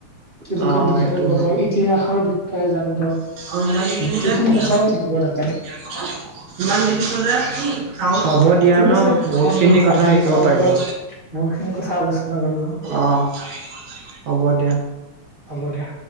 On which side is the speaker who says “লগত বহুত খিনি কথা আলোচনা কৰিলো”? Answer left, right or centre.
Right